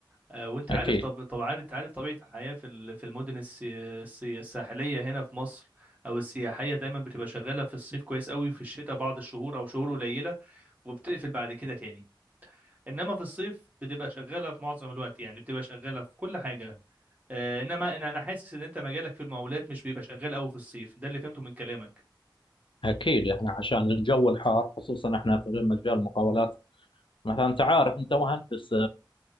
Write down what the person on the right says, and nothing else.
آه، وانت
عارف طب طبعا انت عارف طبيعة الحياة في ال- في المدن السي... السي- الساحلية هنا في مصر او السياحية دايما بتبقى شغالة في الصيف كويس قوي في الشتاء بعض الشهور او شهور قليلة وبتقفل بعد كده تاني انما في الصيف بتبقى شغاله في معظم الوقت يعني بتبقى شغاله في كل حاجه آه، انما انا أنا حاسس ان انت مجالك في المقاولات مش بيبقى شغال قوي في الصيف ده اللي فهمته من كلامك